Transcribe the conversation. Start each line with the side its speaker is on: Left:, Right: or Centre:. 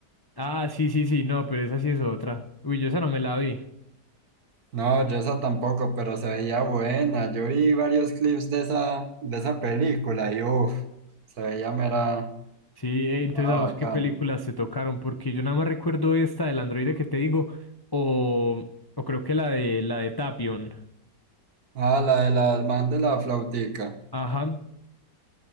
Left: Ah, sí, sí, sí, no, pero esa sí es otra. Uy, yo esa no me la vi.
Right: No, yo esa tampoco, pero se veía buena. Yo vi varios clips de esa, de esa película y uff, se veía mera,
Left: Sí, eh, entonces
Right: mera
Left: a vos
Right: bacano.
Left: qué películas se tocaron, porque yo nada más recuerdo esta del androide que te digo, o, o creo que la de la de Tapion.
Right: Ah, la de la, el man de la flautica.
Left: Ajá.